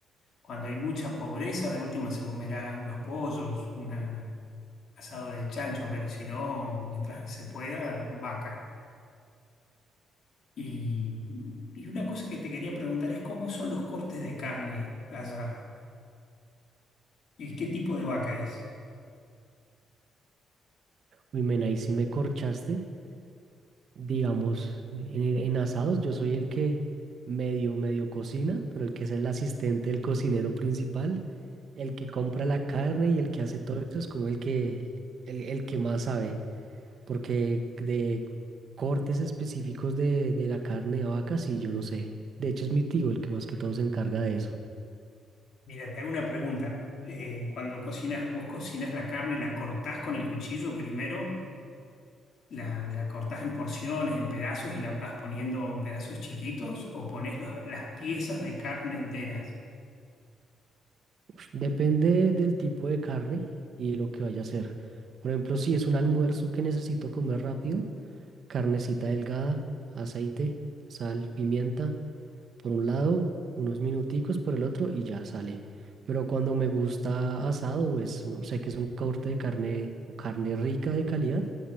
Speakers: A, on the left; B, on the right.
A: Cuando hay mucha pobreza, de última se comerá unos pollos, un asado de chancho, pero si no, mientras se pueda, vaca. Y, y una cosa que te quería preguntar es cómo son los cortes de carne allá y qué tipo de vaca es.
B: Uy, men, ahí sí me corchaste. Digamos, en, e, en asados yo soy el que medio, medio cocina, pero el que es el asistente, el cocinero principal, el que compra la carne y el que hace todo eso es como el que, el el que más sabe. Porque de cortes específicos de, de la carne de vaca, sí, yo no sé. De hecho, es mi tío el que más que todo se encarga de eso.
A: Mira, te hago una pregunta. Eh, cuando cocinas, vos cocinás la carne, ¿la cortás con el cuchillo primero? ¿La, la cortás en porciones, en pedazos y la vas poniendo en pedazos chiquitos? ¿O pones los- las piezas de carne enteras?
B: Ush, Depende del tipo de carne y lo que vaya a hacer. Por ejemplo, si es un almuerzo que necesito comer rápido, carnecita delgada, aceite, sal, pimienta, por un lado, unos minuticos por el otro y ya sale. Pero cuando me gusta asado, pues uno sé que es un corte de carne o carne rica de calidad.